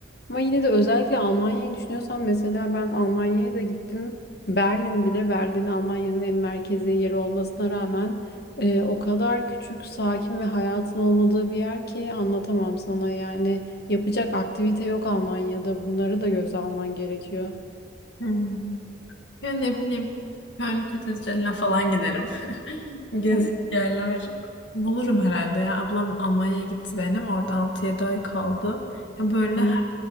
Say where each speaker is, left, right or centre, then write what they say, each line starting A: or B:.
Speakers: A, on the left (about 60°); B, on the left (about 80°).
A: Ama yine de özellikle Almanya'yı düşünüyorsan mesela ben Almanya'ya da gittim. Berlin bile Berlin Almanya'nın en merkezi yeri olmasına rağmen e, o kadar küçük, sakin ve hayatın olmadığı bir yer ki anlatamam sana. Yani yapacak aktivite yok Almanya'da. Bunları da göze alman gerekiyor.
B: Hmm. Ya ne bileyim, Köln Katedrali'ne falan giderim. <laughs> Gezecek
A: Hı
B: yerler bulurum herhalde ya. Ablam Almanya'ya gitti benim. Orada altı yedi ay kaldı. Ya böyle
A: hı.